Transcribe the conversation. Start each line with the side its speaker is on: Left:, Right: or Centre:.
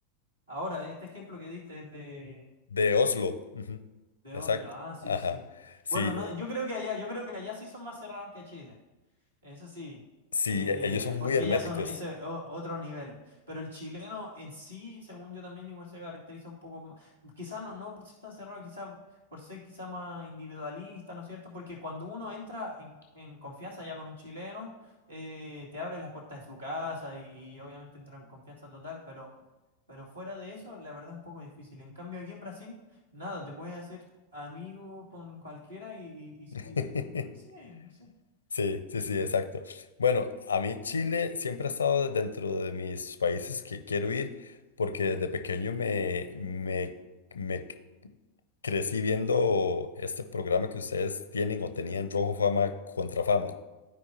Right: ahora, este ejemplo que diste es de,
Left: De Oslo. Ujú.
Right: de
Left: Exacto.
Right: Oslo. Ah, sí,
Left: Ajá.
Right: sí.
Left: Sí,
Right: Bueno, no,
Left: eh,
Right: yo creo que allá, yo creo que allá sí son más cerrados que Chile. Eso sí,
Left: sí,
Right: eh,
Left: e- ellos son
Right: porque
Left: muy herméticos.
Right: ya son ese o- otro nivel. Pero el chileno en sí, según yo también, igual se caracteriza un poco más. Quizás no, no por ser tan cerrado, quizás por ser quizá más individualista, ¿no es cierto? Porque cuando uno entra en, en confianza ya con un chileno, eh, te abre las puertas de su casa y, y obviamente entra en confianza total, pero, pero fuera de eso, la verdad es un poco difícil. En cambio, aquí en Brasil, nada, te puedes hacer amigo con cualquiera y, y, y-
Left: <laughs>
Right: y te- y no sé, no sé.
Left: Sí, sí,
Right: Es,
Left: sí, exacto. Bueno, a mí Chile siempre ha estado dentro de mis países que quiero ir porque desde pequeño me, me, me c- crecí viendo este programa que ustedes tienen o tenían Rojo Fama contra Fama.